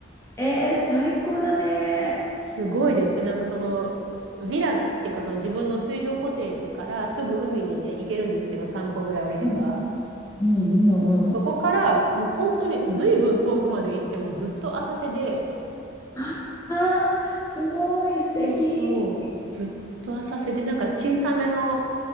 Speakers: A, on the left; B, on the right.
A: えー、最高だね。
B: すごいですね。なんかその、ヴィラっていうかその自分の水上コテージからすぐ海にね、行けるんですけど、散歩ぐらい降りれば。
A: うん、うん、うん、うん。
B: そこからもう本当に随分遠くまで行ってもずっと浅瀬で、
A: ああー、すごい、素敵。
B: そうそう、ずっと浅瀬で、なんか小さめの